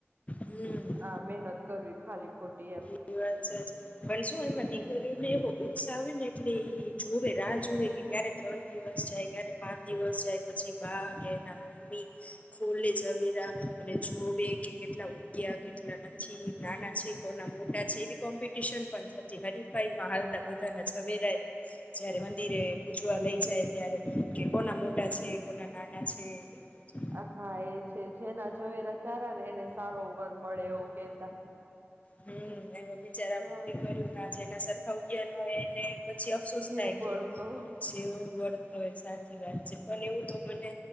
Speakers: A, on the left; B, on the right.
A: હમ.
B: આ મહેનત કરવી ખાલી ખોટી એમ.
A: એ વાત સાચી પણ હાલ
B: મિત્રો
A: માં દીકરીઓ ને એવો ઉત્સાહ આવે ને એટલે એ જોવે રાહ જોવે કે ક્યારે ત્રણ દિવસ જાય, ક્યારેક પાંચ દિવસ જાય પછી બા આવે એના. ઇજ, ખોલે જવેરા અને જોવે કે કેટલા ઉત્યા કેટલા પછી
B: હમ
A: નાના છે કોના મોટા છે એ કોમ્પિટીશન પણ થતી. હરીફાઈ માં હાલતા
B: હા
A: બધાના જ વેરાય જયારે મંદિરે પૂજવા લઈ જાય ત્યારે. કે કોના મોટા છે કોના નાના છે. બધું
B: હા એ છે જેના ઝવેરા સારા ને એને સારો વર મળે એવું કેતા.
A: હમ એનું બિચારા
B: હવે
A: મૂકી કર્યું ના જે એના સરખા ઉગયા ન હોય એને પછી અફસોસ
B: જીવ
A: થાય
B: બળતો
A: કે છે વું બળ-' હવે સાચી વાત છે પણ એવું તો મને